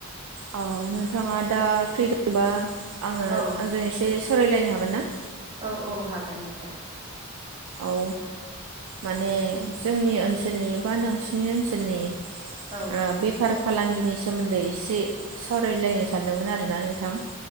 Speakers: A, on the right; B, on the right.
A: औ नोंथाङा दा फ्रि दंबा आङो आंजों
B: औ
A: एसे सावरायलायनो हागोन ना
B: औ औ हागोन दे
A: औ माने जोंनि ओनसोलनि बा नोंसिनि ओनसोलनि
B: औ
A: ओ बेफार फालांगिनि सोमोन्दै एसे सावरायलायनो सानदोंमोन आरो ना नोंथां